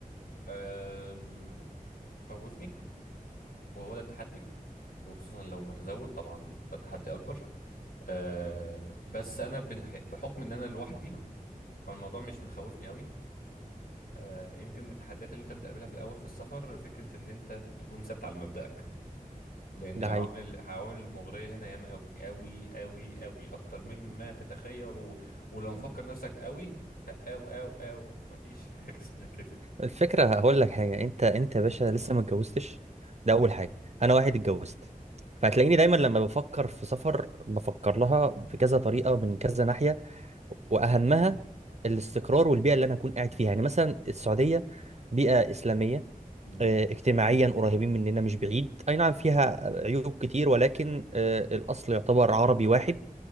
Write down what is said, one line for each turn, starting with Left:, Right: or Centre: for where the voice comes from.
Left: آم، خوفني وهو ده التحدي وخصوصا لو متزوج طبعا ده تحدي اكبر آه بس انا بنح- بحكم ان انا لوحدي فالموضوع مش مخوفني قوي آه، يمكن من التحديات اللي انت بتقابلها في الاول في السفر فكره ان انت تكون ثابت على مبدأك لان
Right: ده
Left: العوامل
Right: حقيقي
Left: العوامل المغريه هنا ياما قوي قوي قوي قوي اكتر مما تتخيل و... ولو مفكر نفسك قوي ه- او او او مفيش <laughs> حاجه اسمها كده
Right: الفكرة هقول لك حاجة انت انت يا باشا لسه ما اتجوزتش ده اول حاجة انا واحد اتجوزت فهتلاقيني دايما لما بفكر في سفر بفكر لها بكذا طريقة من كذا ناحية واهمها الاستقرار والبيئة اللي انا اكون قاعد فيها يعني مثلا السعودية بيئة اسلامية
Left: مم.
Right: اه، اجتماعيا قريبين مننا مش بعيد اي نعم فيها عيوب كتير ولكن اه، الاصل يعتبر عربي واحد